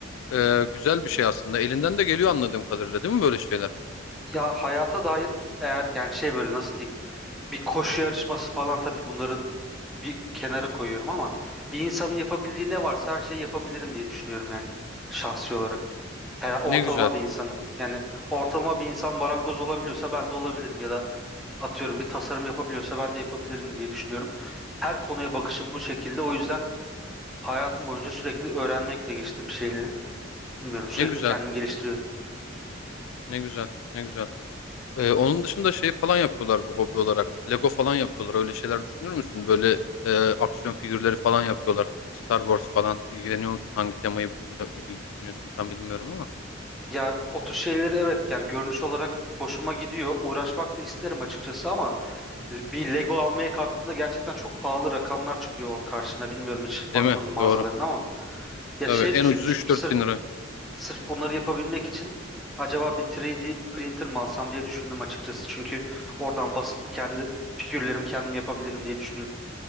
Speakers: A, on the left; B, in the centre.
A: Ee, güzel bir şey aslında. Elinden de geliyor anladığım kadarıyla değil mi böyle şeyler?
B: Ya hayata dair eğer yani şey böyle nasıl diyeyim bir koşu yarışması falan tabii bunları bir kenara koyuyorum ama bir insanın yapabildiği ne varsa her şeyi yapabilirim diye düşünüyorum yani şahsi olarak. Her ortalama
A: Ne güzel.
B: bir insanın yani ortalama bir insan marangoz olabiliyorsa ben de olabilirim ya da atıyorum bir tasarım yapabiliyorsa ben de yapabilirim diye düşünüyorum. Her konuya bakışım bu şekilde o yüzden hayatım boyunca sürekli öğrenmekle geçti bir şeyleri. Bilmiyorum sürekli
A: Ne güzel.
B: kendimi geliştiriyorum.
A: Ne güzel. Ne güzel. Ee, onun dışında şey falan yapıyorlar bu hobi olarak. Lego falan yapıyorlar. Öyle şeyler düşünür müsün? Böyle e, aksiyon figürleri falan yapıyorlar. Star Wars falan. İlgileniyor musun? Hangi temayı ilgileniyorsun tam bilmiyorum ama.
B: Ya o tür şeyleri evet yani görünüş olarak hoşuma gidiyor. Uğraşmak da isterim açıkçası ama bir Lego almaya kalktığında gerçekten çok pahalı rakamlar çıkıyor karşına. Bilmiyorum hiç baktığın
A: Değil mi?
B: mağazalarına
A: Doğru.
B: ama. Ya
A: Tabii
B: şey
A: en
B: düşünmüştüm
A: ucuzu üç
B: sırf
A: dört bin lira.
B: sırf bunları yapabilmek için acaba bir 3D printer mi alsam diye düşündüm açıkçası. Çünkü oradan basıp kendi figürlerimi kendim yapabilirim diye düşünüyordum.